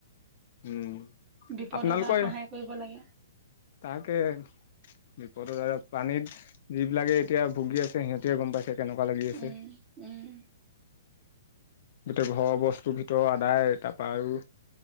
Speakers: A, on the left; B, on the right.
A: উম।
B: বিপদত
A: আপোনালোকৰ
B: সহায় কৰিব লাগে।
A: তাকে। বিপদত আৰু পানীত যিবিলাকে এতিয়া ভুগি আছে সিহঁতিহে গম পাইছে। কেনেকুৱা লাগি আছে
B: উম, উম।
A: গোটেই ঘৰৰ বস্তুৰ ভিতৰত আদায় তাৰপৰা আৰু,